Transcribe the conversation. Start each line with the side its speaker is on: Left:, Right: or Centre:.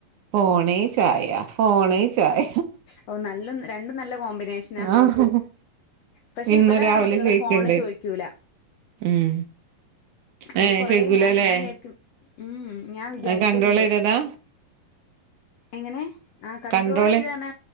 Right: ഫോണ് ചായ ഫോണ് ചായ
Left: ഓ നല്ല രണ്ടും നല്ല കോമ്പിനേഷനാ
Right: ആഹ്
Left: പക്ഷെ
Right: ഇന്ന്
Left: ഇവിടെ
Right: രാവിലെ
Left: മക്കള്
Right: ചോയിക്ക്ണ്ട്
Left: ഫോണ് ചോദിക്കൂല
Right: ഉം
Left: അത്
Right: ഏ
Left: കൊറേ
Right: ചോയിക്കൂലല്ലേ
Left: ഞാന് ഞാൻ വിചാരിക്കും ഉം ഉം ഞാൻ വിചാരിക്കലുണ്ട്
Right: അത് കൺട്രോൾ ചെയ്തതാ
Left: എങ്ങനെ ആ കൺണ്ട്രോളെയ്ത്
Right: കൺട്രോള്
Left: ണെ